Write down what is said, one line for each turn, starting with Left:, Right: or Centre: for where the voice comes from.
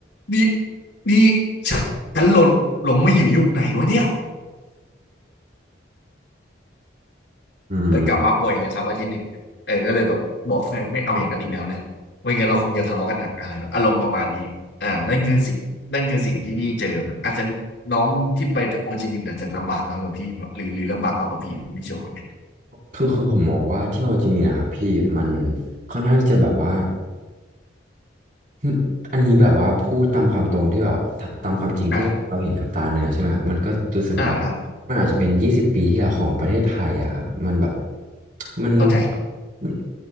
Left: นี่นี่ฉันหลงหลงมาอยู่ยุคไหนวะเนี่ย
Right: อืม
Left: เออกลับมาป่วยเลยครับอาทิตย์หนึ่งเออก็เลยแบบบอกแฟนไม่เอาอย่างนั้นอีกแล้วนะไม่งั้นเราคงจะทะเลาะกันหนักอะไรอารมณ์ประมาณนี้อ่านั่นคือสิ่งนั่นคือสิ่งที่พี่เจออาจจะน้องที่ไปโอจิมินห์อาจจะลำบากน้อยกว่าพี่หรือหรือลำบากมากกว่าพี่ไม่ชัวร์เหมือนกัน
Right: คือคือผมมองว่าที่โนโลยีมีนะครับพี่มันค่อนข้างที่จะแบบว่า อืมอันนี้แบบว่าพูดตามความตรงที่แบบตาตามความจริงที่เราเห็นกับตาเนื้อใช่ไหมครับมันก็รู้สึกว่า
Left: อ่าอ่าอ่า
Right: มันอาจจะเป็นยี่สิบปีที่แล้วของประเทศไทยอะครับมันแบบมัน
Left: เข้าใจ
Right: มัน